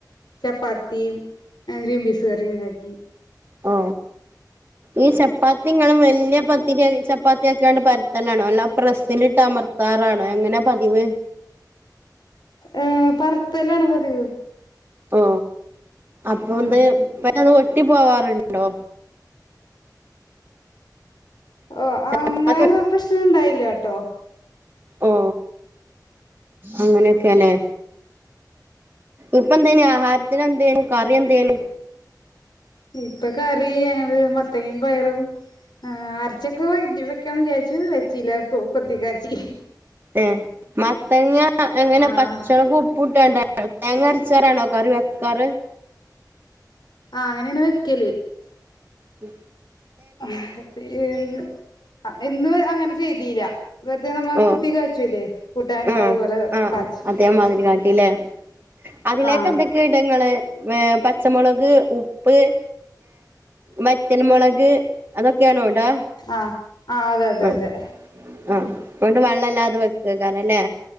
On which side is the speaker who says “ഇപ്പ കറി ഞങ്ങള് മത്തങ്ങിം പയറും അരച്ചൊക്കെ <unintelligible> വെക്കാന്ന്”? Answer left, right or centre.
Left